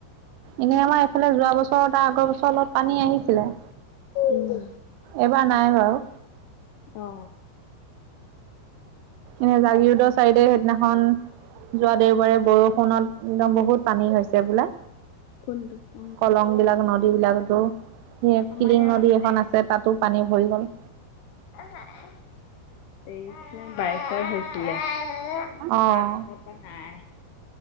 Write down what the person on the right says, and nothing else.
এনেই আমাৰ এইফালে যোৱা বছৰ আগৰ বছৰ অলপ পানী আহিছিলে
এইবাৰ নাই বাৰু
এনে জাগিৰোদৰ চাইডে সেইদিনাখন যোৱা দেওবাৰে বৰষুণত একদম বহুত পানী হৈ ছে বোলে
কলং বিলাক নদী বিলাকতো এতিয়া
কিলিং
নদী এখন
আছে তাতো পানী ভৰি গ'ল
অঁ